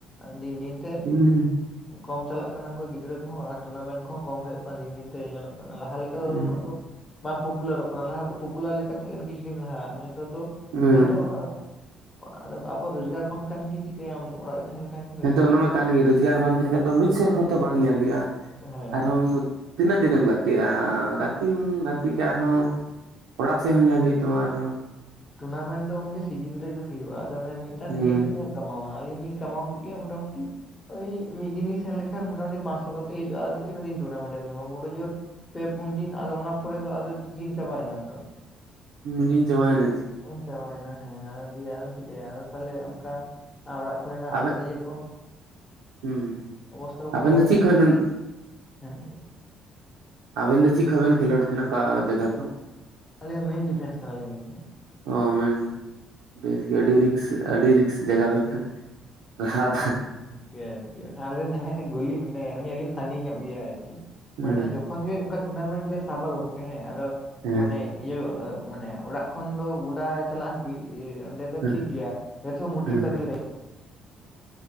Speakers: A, on the left; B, on the right.
A: ᱫᱤᱱ ᱫᱤᱱ ᱛᱮ,
B: ᱛᱤᱱ ᱫᱤᱱ
A: ᱠᱚᱢ ᱪᱟᱞᱟᱜ ᱠᱟᱱᱟ ᱠᱚ᱾ ᱜᱤᱫᱽᱨᱟᱹ ᱠᱚᱦᱚᱸ ᱟᱨ ᱴᱩᱨᱱᱟᱢᱮᱱᱴ ᱠᱚᱦᱚᱸ ᱠᱚᱢ ᱦᱩᱭᱩᱜ ᱠᱟᱱᱟ᱾ ᱫᱤᱱ ᱫᱤᱱᱛᱮ ᱧᱮᱞᱚᱜ ᱠᱟᱱᱟ, ᱞᱟᱦᱟ ᱞᱮᱠᱟ
B: ᱦᱩᱸ
A: ᱩᱱᱟᱹᱜ ᱫᱚ ᱵᱟᱝ ᱯᱚᱯᱩᱞᱟᱨᱚᱜ ᱠᱟᱱᱟ᱾ ᱞᱟᱦᱟ ᱢᱮᱴᱮᱱ ᱯᱚᱯᱩᱞᱟᱨ ᱞᱮᱠᱟ ᱛᱟᱦᱮᱸ ᱠᱟᱱᱟ ᱠᱤᱪᱷᱩ ᱫᱤᱱ ᱞᱟᱦᱟ ᱟᱫᱚ
B: ᱦᱩᱸ
A: ᱱᱮᱛᱚᱜ ᱟᱫᱚ ᱟᱵᱚ ᱨᱳᱡᱽᱜᱟᱨ ᱵᱟᱝᱠᱷᱟᱱ ᱠᱤ ᱪᱤᱠᱟᱹᱭᱟᱢ ᱚᱲᱟᱜ ᱛᱟᱦᱮᱸ ᱞᱮᱠᱷᱟᱱ ᱜᱮ ᱦᱩᱭᱩᱜ
B: ᱦᱮᱸ ᱛᱚ ᱚᱱᱟ ᱢᱟ ᱠᱟᱱ ᱜᱮ ᱨᱳᱡᱽᱜᱟᱨ ᱵᱟᱝ ᱛᱟᱦᱮᱱ ᱠᱷᱟᱱ ᱢᱤᱫ ᱥᱮᱫ ᱠᱷᱚᱡ ᱛᱚ ᱵᱟᱝ ᱧᱮᱞ ᱦᱩᱭᱩᱜᱼᱟ
A: ᱦᱮᱸ
B: ᱟᱨᱦᱚᱸ
A: ᱦᱮᱸ
B: ᱛᱤᱱᱟᱹᱜ ᱫᱤᱱ ᱮᱢ ᱜᱟᱛᱮᱜᱼᱟ, ᱜᱟᱛᱮᱢ ᱜᱟᱛᱮᱜ ᱠᱟᱱ ᱟᱨᱦᱚᱸ ᱚᱲᱟᱜ ᱥᱮᱫ ᱦᱚᱸ ᱧᱮᱞ ᱦᱩᱭᱩᱜ ᱛᱟᱢᱟ ᱟᱨᱦᱚᱸ
A: ᱴᱩᱱᱟᱢᱮᱱᱴ ᱫᱚ ᱜᱚᱢᱠᱮ ᱥᱤᱡᱤᱱ ᱨᱮᱜᱮ ᱦᱩᱭᱩᱜᱼᱟ᱾ ᱟᱫᱚ ᱚᱱᱮ ᱢᱤᱫᱴᱟᱝ
B: ᱦᱩᱸ
A: ᱥᱤᱡᱤᱱ ᱛᱤ ᱠᱟᱢᱟᱣᱟ ᱟᱹᱞᱤᱧ ᱞᱤᱧ ᱠᱟᱢᱟᱣᱟ ᱠᱮᱫ ᱜᱮ ᱢᱚᱴᱟᱢᱩᱴᱤ ᱳᱭ ᱢᱤᱫ ᱫᱤᱱ ᱤᱧ ᱥᱮᱱ ᱞᱮᱠᱷᱟᱱ ᱢᱚᱴᱟᱢᱩᱴᱤ ᱯᱟᱸᱥᱚ ᱠᱟᱛᱮ ᱦᱤᱡᱩᱜᱼᱟ᱾ ᱟᱫᱚ ᱛᱤᱱᱟᱹᱜ ᱫᱤᱱ ᱴᱩᱨᱱᱟᱢᱮᱱᱴ ᱮᱢ ᱧᱟᱢᱟ ᱵᱳᱰᱚ ᱡᱳᱨ ᱯᱮ ᱯᱩᱱ ᱫᱤᱱ, ᱟᱫᱚ ᱚᱱᱟ ᱯᱚᱨᱮ ᱫᱚ ᱟᱫᱚ ᱥᱤᱱ ᱪᱟᱵᱟᱭ ᱱᱟᱛᱚ
B: <inaudible> ᱡᱟᱵᱟᱭ ᱮᱱᱟ᱾
A: ᱩᱢ ᱪᱟᱵᱟᱭ ᱮᱱᱟ ᱦᱮᱸ ᱟᱨ ᱫᱤᱭᱮ ᱟᱨ ᱮ ᱪᱤᱠᱟᱹᱭᱟ᱾ ᱟᱫᱚ ᱛᱟᱦᱚᱞᱮ ᱚᱱᱠᱟ ᱚᱲᱟᱜ ᱠᱚᱨᱮᱱᱟᱜ
B: ᱟᱵᱮᱱ
A: ᱤᱭᱟᱹ ᱠᱚ
B: ᱦᱩᱸ
A: ᱚᱵᱚᱥᱛᱟ ᱠᱚ
B: ᱟᱵᱮᱱ
A: ᱠᱷᱟᱨᱟᱯ
B: ᱫᱚ ᱪᱮᱫ
A: ᱜᱮᱭᱟ
B: ᱠᱷᱚᱡ ᱵᱮᱱ
A: ᱦᱮᱸ
B: ᱟᱵᱮᱱ ᱫᱚ ᱪᱮᱫ ᱠᱷᱚᱡ ᱵᱮᱱ ᱠᱷᱮᱞᱳᱰ ᱛᱟᱦᱮᱱᱟ? ᱚᱠᱟ ᱡᱟᱭᱜᱟ ᱠᱷᱚᱱ
A: ᱟᱹᱞᱤᱧ ᱫᱚ ᱢᱮᱱ ᱰᱤᱯᱷᱮᱱᱥ ᱠᱟᱱᱟ ᱞᱤᱧ ᱜᱚᱢᱠᱮ᱾
B: ᱚᱻ ᱢᱮᱱ ᱵᱮᱥ ᱵᱮᱥ ᱜᱮ ᱟᱹᱰᱤ ᱨᱤᱠᱥ ᱟᱹᱰᱤ ᱨ ᱡᱟᱜᱟ ᱠᱚᱨᱟᱣᱫᱟ᱾
A: ᱜᱮᱭᱟ ᱟᱨᱠᱤ᱾ ᱟᱞᱮᱨᱮᱱ ᱡᱟᱦᱟᱸᱭ ᱜᱩᱞᱤ ᱢᱮᱱᱟᱭᱟ ᱩᱱᱤ ᱟᱹᱰᱤ ᱯᱷᱟᱱᱤ ᱧᱚᱜ ᱜᱮᱭᱟ ᱟᱨᱠᱤ,
B: ᱦᱮᱸ
A: ᱢᱟᱱᱮ
B: ᱦᱮᱸ
A: ᱡᱚᱠ ᱦᱚᱱ ᱜᱮ ᱚᱱᱠᱟ ᱴᱩᱨᱱᱟᱢᱮᱱᱴ ᱞᱮ ᱥᱟᱵᱟ ᱜᱚᱝᱠᱮ ᱦᱮᱸ ᱟᱫᱚ
B: ᱦᱮᱸ
A: ᱢᱟᱱᱮ ᱤᱭᱟᱹ ᱢᱟᱱᱮ ᱚᱲᱟᱜ ᱠᱷᱚᱱ ᱫᱚ ᱜᱚᱰᱟ ᱪᱟᱞᱟᱜ ᱦᱟᱹᱵᱤᱡ ᱚᱸᱰᱮ ᱫᱚ
B: ᱦᱮᱸ
A: ᱴᱷᱤᱠ ᱜᱮᱭᱟ ᱡᱚᱛᱚ ᱢ <unintelligible>
B: ᱦᱮᱸ